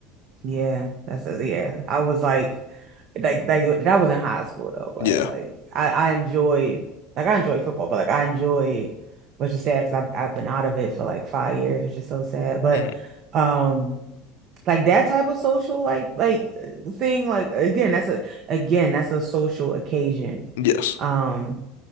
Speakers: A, on the right; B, on the left.
A: Yeah, that's a, yeah. I was like, like, like that was in high school though, but
B: Yeah.
A: like I, I enjoyed, like I enjoyed football, but like I enjoyed, which is sad because I've I've been out of it for like five years, which is so sad. But,
B: Mm.
A: um, like that type of social like like uh, thing, like again, that's a again that's a social occasion.
B: Yes.
A: Um,